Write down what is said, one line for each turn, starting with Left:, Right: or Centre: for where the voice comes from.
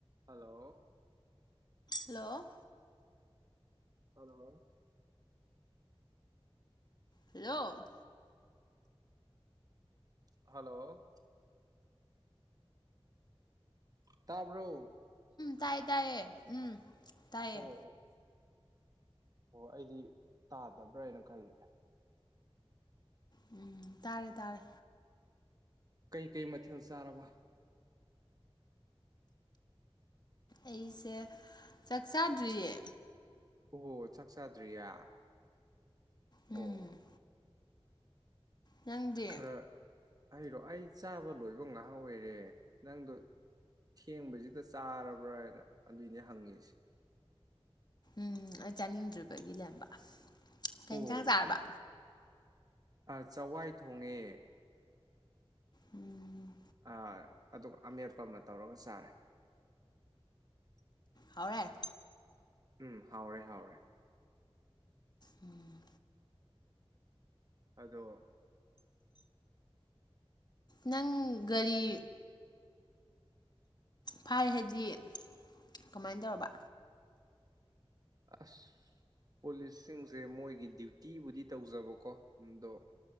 Right: ꯍꯂꯣ
Left: ꯍꯜꯂꯣ
Right: ꯑꯗꯣ
Left: ꯍꯜꯂꯣ
Right: ꯍꯜꯂꯣ ꯇꯥꯕ꯭ꯔꯣ
Left: ꯇꯥꯏꯌꯦ ꯇꯥꯏꯌꯦ ꯎꯝ ꯇꯥꯏꯌꯦ
Right: ꯑꯣ ꯑꯣ ꯑꯣ ꯑꯩꯗꯤ ꯇꯥꯗꯕ꯭ꯔꯥ ꯍꯥꯏꯅ ꯈꯜꯂꯦ
Left: ꯎꯝ ꯇꯥꯔꯦ ꯇꯥꯔꯦ
Right: ꯀꯩ ꯀꯩ ꯃꯊꯦꯜ ꯆꯥꯔꯔꯕ
Left: ꯑꯩꯁꯦ ꯆꯥꯛ ꯆꯥꯗ꯭ꯔꯤꯌꯦ
Right: ꯑꯣ ꯆꯥꯛ ꯆꯥꯗ꯭ꯔꯤꯌꯥ
Left: ꯎꯝ
Right: ꯑꯣ
Left: ꯅꯪꯗꯤ
Right: ꯈꯔ ꯑꯩꯔꯣ ꯑꯩ ꯆꯥꯕ ꯂꯣꯏꯕ ꯉꯥꯏꯍꯥꯛ ꯑꯣꯏꯔꯦ ꯅꯪꯗꯣ ꯊꯦꯡꯕꯁꯤꯗ ꯆꯥꯔꯕ꯭ꯔꯅ ꯑꯗꯨꯏꯅꯦ ꯍꯪꯉꯤꯁꯦ
Left: ꯎꯝ ꯑꯩ ꯆꯥꯅꯤꯡꯗ꯭ꯔꯤꯕꯒꯤ ꯂꯩꯔꯝꯕ ꯀꯩ
Right: ꯑꯣ
Left: ꯌꯦꯟꯁꯥꯡ ꯆꯥꯔꯕ
Right: ꯑ ꯆꯋꯥꯏ ꯊꯣꯡꯉꯦ
Left: ꯎꯝ
Right: ꯑ ꯑꯗꯨꯒ ꯑꯃꯦꯠꯄ ꯑꯃ ꯇꯧꯔꯒ ꯆꯥꯔꯦ
Left: ꯍꯧꯅꯦ
Right: ꯎꯝ ꯍꯥꯎꯔꯦ ꯍꯥꯎꯔꯦ
Left: ꯎꯝ
Right: ꯑꯗꯣ
Left: ꯅꯪ ꯒꯥꯔꯤ ꯐꯥꯏ ꯍꯥꯏꯗꯤ ꯀꯃꯥꯏꯅ ꯇꯧꯔꯕ
Right: ꯑꯁ ꯄꯨꯂꯤꯁꯁꯤꯡꯁꯦ ꯃꯣꯏꯒꯤ ꯗ꯭ꯌꯨꯇꯤꯕꯨꯗꯤ ꯇꯧꯖꯕꯀꯣ ꯑꯗꯣ